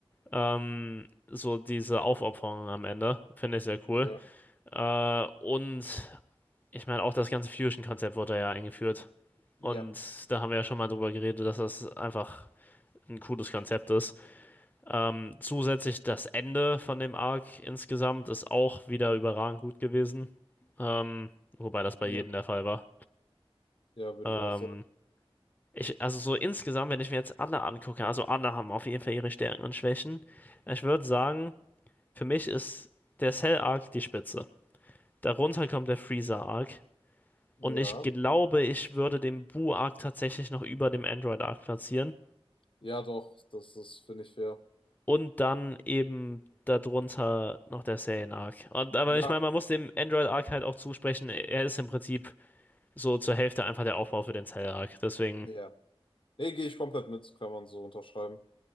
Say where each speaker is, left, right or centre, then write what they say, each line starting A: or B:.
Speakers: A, on the left (about 15°); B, on the left (about 60°).
A: ähm, so diese Aufopferung am Ende finde ich sehr cool.
B: Ja,
A: Äh, und ich meine, auch das ganze Fusion-Konzept wurde ja eingeführt.
B: ja,
A: Und da haben wir ja schon mal drüber geredet, dass das einfach ein cooles Konzept ist. Ähm, zusätzlich das Ende von dem Arc insgesamt ist auch wieder überragend gut gewesen. Ähm, wobei das bei
B: ja,
A: jedem der Fall war.
B: ja, würde
A: Ähm,
B: ich auch sagen.
A: ich, also so insgesamt, wenn ich mir jetzt alle angucke, also alle haben auf jeden Fall ihre Stärken und Schwächen. Ich würde sagen, für mich ist der Cell-Arc die Spitze. Darunter kommt der Freezer-Arc. Und
B: Ja,
A: ich glaube, ich würde den Boo-Arc tatsächlich noch über dem Android-Arc platzieren.
B: ja, doch, das ist, finde ich, fair.
A: und dann eben darunter noch der Serien Arc. Und, aber
B: Ja,
A: ich meine, man muss dem Android Arc halt auch zusprechen, er ist im Prinzip so zur Hälfte einfach der Aufbau für den Cell Arc. Deswegen.
B: ja. Nee, gehe ich komplett mit, kann man so unterschreiben.